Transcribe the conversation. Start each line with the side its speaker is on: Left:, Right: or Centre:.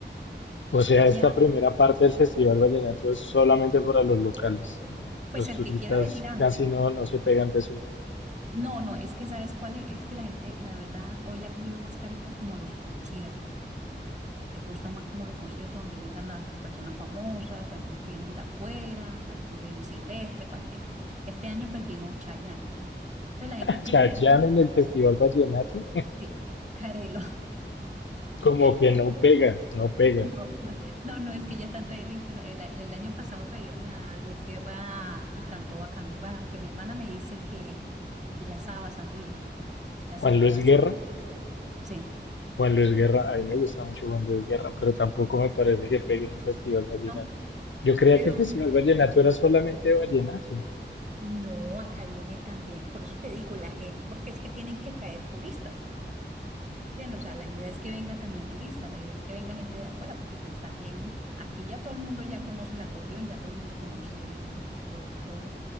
Left: O sea, esta
Right: ya.
Left: primera parte del Festival Vallenato es solamente para los locales. ¿no? Los
Right: Pues el
Left: turistas
Right: que quiera venir antes.
Left: casi no, no se pegan de ese.
Right: No, no, es que sabes cuál es, es que la gente, la verdad, hoy le ha cogido más cariño como los conciertos. Le gusta más como los conciertos donde vengan las personas famosas, bueno, los que vienen de afuera, bueno, cuando viene Silvestre, cuando viene. Este año pues vino Chayanne. Entonces la gente
Left: <laughs>
Right: prefiere
Left: Chayanne en el Festival Vallenato,
Right: sí, Jarelo.
Left: como
Right: <laughs>
Left: que no pega, no pega.
Right: No, no, no, no, es que ya están trayendo interna- El, a- el año pasado trajeron a Luis Guerra y cantó bacán. Pues aunque mi hermana me dice que, que ya estaba bastante viejito, ya
Left: Juan
Right: se veía
Left: Luis
Right: bastante.
Left: Guerra,
Right: Sí,
Left: Juan Luis Guerra, a mí me gusta mucho Juan Luis Guerra, pero tampoco me parece que pegue en un Festival Vallenato.
Right: no,
Left: Yo creía
Right: pero
Left: que el Festival Vallenato era solamente de Vallenato.
Right: no, acá viene también. Por eso te digo, la gente, porque es que tienen que traer turistas. ¿entiendes? O sea, la idea es que venga también turistas, la idea es que venga gente de afuera, porque pues también aquí ya todo el mundo ya conoce el acordeón, ya todo el mundo conoce un poco de todo,